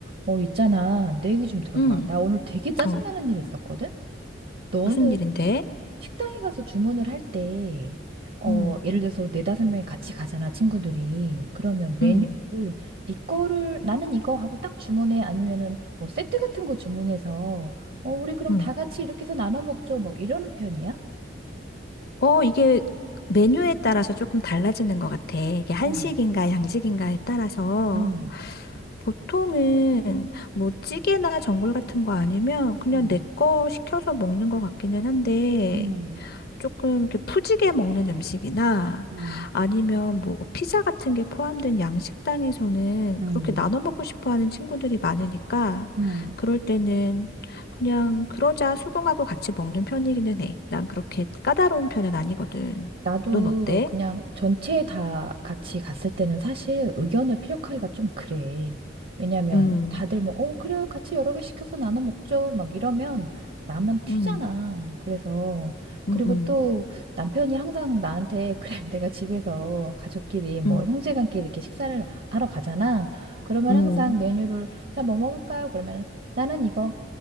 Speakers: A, on the right; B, on the left.
A: 어, 있잖아. 내 얘기 좀 들어봐.
B: 응,
A: 나 오늘 되게 짜증나는
B: 어,
A: 일이 있었거든? 너는
B: 무슨 일인데?
A: 식당에 가서 주문을 할 때, 어,
B: 음
A: 예를 들어서 네다섯 명이 같이 가잖아, 친구들이. 그러면 메뉴를
B: 음
A: 네 거를 나는 이거 하고 딱 주문해. 아니면은 뭐 세트 같은 거 주문해서, 어, 우리 그럼
B: 음
A: 다 같이 이렇게 해서 나눠 먹죠. 막 이러는 편이야?
B: 어, 이게 메뉴에 따라서 조금 달라지는 것 같아. 이게 한식인가
A: 어,
B: 양식인가에 따라서
A: 음,
B: 보통은 뭐 찌개나 전골 같은 거 아니면 그냥
A: 음,
B: 내 거 시켜서 먹는 것 같기는 한데
A: 음,
B: 조금 이렇게 푸지게 먹는 음식이나
A: 음,
B: 아니면 뭐 피자 같은 게 포함된 양식당에서는
A: 음.
B: 그렇게 나눠 먹고 싶어 하는 친구들이 많으니까
A: 음.
B: 그럴 때는 그냥 그러자 수긍하고 같이 먹는 편이기는 해. 난 그렇게 까다로운 편은 아니거든.
A: 나도
B: 넌 어때?
A: 그냥 전체 다 같이 갔을 때는 사실 의견을 피력하기가 좀 그래. 왜냐면
B: 음,
A: 다들 뭐, 어, 그래요. 같이 여러 개 시켜서 나눠 먹죠. 막 이러면 나만 튀잖아.
B: 음,
A: 그래서,
B: 음,
A: 그리고
B: 음,
A: 또 남편이 항상 나한테, <laughs> 그래, 내가 집에서 가족끼리 뭐
B: 음,
A: 형제간끼리 이렇게 식사를 하- 하러 가잖아. 그러면
B: 음,
A: 항상 메뉴를, 자, 뭐 먹을까요? 그러면 나는 이거,